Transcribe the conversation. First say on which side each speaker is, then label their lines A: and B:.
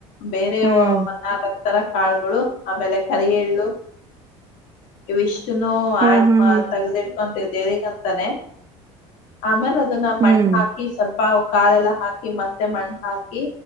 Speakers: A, on the left; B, on the right.
A: ಬೇರೆ
B: ಹ್ಮ್
A: <unintelligible> ತರ ಕಾಳುಗಳು ಆಮೇಲೆ ಕರಿ ಎಳ್ಳು ಇವಿಷ್ ಚಿನ್ನು
B: ಹಾ
A: ಆಡ್
B: ಹಾ ಹಾ
A: ತಗ್ದಿಡ್ಕೊಂತಿವ್ ದೇವ್ರಿಗಂತಾನೆ ಆಮೇಲೆ ಅದ್ - ಇದನ್ನ
B: ಹ್ಮ್.
A: ಮಣ್ಣು ಹಾಕಿ ಸ್ವಲ್ಪ ಕಾಳೆಲ್ಲಾ ಹಾಕಿ ಮತ್ತೆ ಮಣ್ಣು ಹಾಕಿ.